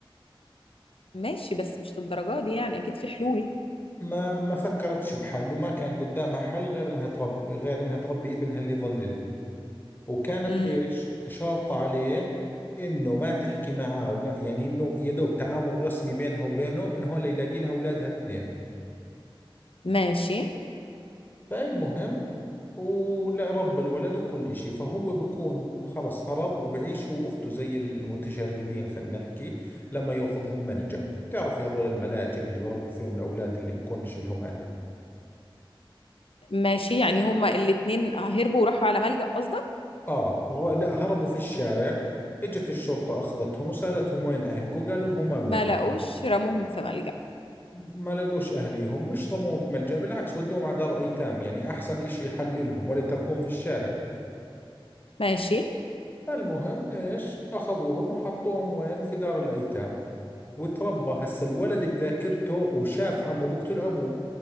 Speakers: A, on the left (about 80°); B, on the left (about 20°).
A: ماشي بس مش للدرجة دي يعني أكيد في حلول
B: ما ما فكرتش بحل وما كان قدامها حل غير انها تربي غير انها تربي ابنها اللي يضللها وكانت
A: امم
B: ايش شرط عليه انه ما تحكي معاه وما يعني انه يا دوب تعامل رسمي بينها وبينه من هون ليلاقي لها اولادها اثنين
A: ماشي
B: فالمهم ولا رب الولد وكل إشي فهو بكون خلص هرب وبعيش هو وأخته زي المتشردين خلينا نحكي لما يأخذهم ملجأ تعرف هذول الملاجئ اللي بربوا فيهم الأولاد اللي بكونش لهم أهل
A: ماشي يعني هما الاتنين هربوا وراحوا على ملجأ قصدك
B: آه الر- لا هربوا في الشارع إجت الشرطة أخذتهم وسألتهم وين أهلكم قالوا لهم ما
A: ما
B: بنعرف
A: لقوش رموهم في ملجأ
B: ما لقوش أهليهم مش رموهم في ملجأ بالعكس ودوهم على دار أيتام يعني أحسن إشي حل إلهم ولا يتركوهم في الشارع
A: ماشي
B: فالمهم إيش أخذوهم وحطوهم وين في دار الأيتام وتربى هسا الولد بذاكرته وشاف عمه بقتل أبوه